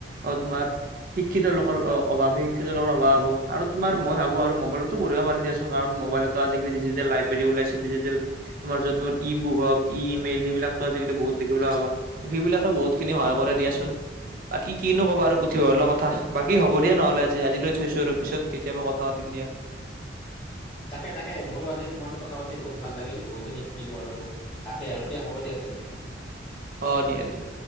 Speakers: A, on the right; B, on the left.
A: অ তোমাৰ শিক্ষিত লোকৰ অ অভাৱ শিক্ষিত লোকৰ অভাৱ হ'ব আৰু তোমাৰ মই ভাবো আৰু মোবাইলতো পঢ়িব পাৰি দিয়াছ কাৰণ মবাইলেতো আজিকালি ডিজিটেল লাইভ বেৰী ওলাইছে ডিজিটেল তোমাৰ য'ত তোমাৰ ই বুক হক ইমেইল সেইবিলাক ত আজিকালি বহুত দেখিবলৈ পাবা। ত সেইবিলাকে বহুত খিনি সহায় কৰে দিয়াচোন। বাকী কিনো কব আৰু পুথিভঁৰাল কথা বাকী হব দিয়া নহ'লে আজি আজিলৈ থৈছো আৰু পিছত কেতিয়াবা কথা পাতিম দিয়া।
B: তাকে তাকে মোৰো আজি তোমাৰ লোক কথা পাতি বহুত ভাল লাগিল বহুখিনি শি- থাকিলো আৰু তাকে আৰু দিয়া হ'ব দিয়া তেন্তে।
A: অ দিয়া দিয়া।